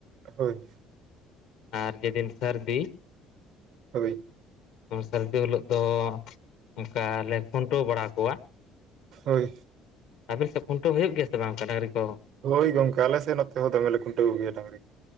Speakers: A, on the right; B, on the left.
A: ᱦᱳᱭ᱾
B: ᱟᱨ ᱡᱮᱫᱤᱱ ᱥᱟᱹᱨᱫᱤ,
A: ᱦᱩᱭ ᱾
B: ᱥᱟᱹᱨᱫᱤ ᱦᱤᱞᱳᱜ ᱫᱚ ᱚᱱᱠᱟ ᱞᱮ ᱠᱷᱩᱱᱴᱟᱹᱣ ᱵᱟᱲᱟ ᱠᱚᱣᱟ ᱾
A: ᱦᱳᱭ ᱾
B: ᱟᱵᱮᱱ ᱥᱮᱫ ᱠᱷᱩᱱᱴᱟᱹᱣ ᱦᱩᱭᱩᱜ ᱜᱮᱭᱟ ᱥᱮ ᱵᱟᱝ ᱰᱟᱝᱨᱤ ᱠᱚ ᱾
A: ᱦᱳᱭ ᱜᱚᱢᱠᱮ ᱟᱞᱮᱥᱮ ᱱᱚᱛᱮ ᱫᱚᱢᱮ ᱞᱮ ᱠᱷᱩᱱᱴᱤ ᱠᱚᱜ ᱜᱮᱭᱟ ᱰᱟᱝᱨᱤ ᱠᱚ